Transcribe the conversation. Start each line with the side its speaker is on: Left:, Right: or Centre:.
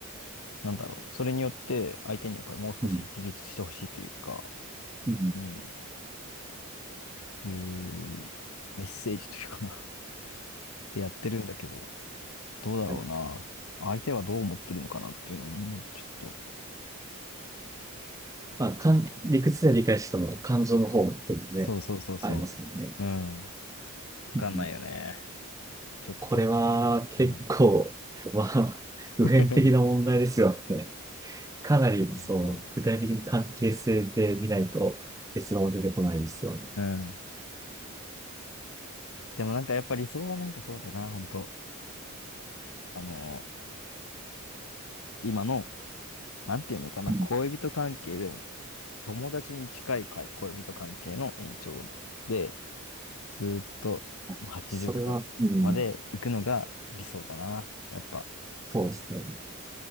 Left: なんだろう。それによって相手にやっぱりもう少し自立してほしいというか、
Right: うん。うん
Left: うん、いうメッセージというかな、ってやってるんだけど、どうだろうな。
Right: はい
Left: 相手はどう思ってるのかなっていうのも、ちょっと、
Right: まあ、かん、理屈で理解しても感情の方っていうので、
Left: そうそうそうそう。
Right: ありますもんね。
Left: うん。わかんないよね。
Right: うん
Left: ちょっと。
Right: これは結構、
Left: うん。
Right: <laughs> まあ、普遍的な問題ですよね。
Left: <laughs>
Right: かなり、
Left: 本当。
Right: そう、具体的な関係性で見ないと結論は出てこないですよね。
Left: うん。でもなんかやっぱ理想はなんかそうだな、本当あのー今の、なんていうのかな、
Right: うん
Left: 恋人関係でも、友達に近いかい恋人関係の延長で、ずーっともう80とかまで行くのが理想だな。
Right: あそれは、うん、
Left: やっぱ、
Right: そうですね。